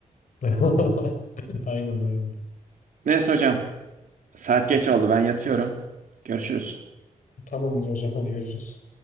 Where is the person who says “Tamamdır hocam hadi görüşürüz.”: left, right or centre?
Left